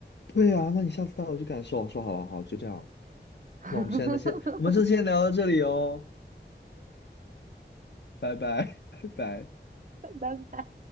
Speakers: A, on the left (about 70°); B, on the right (about 45°).
A: 对啊，那你下次带我去感受，说好了，好，就这样。
B: <laughs>
A: 那我们现在先，我们就先聊到这里哦，拜拜，<laughs> 拜拜。
B: 拜拜。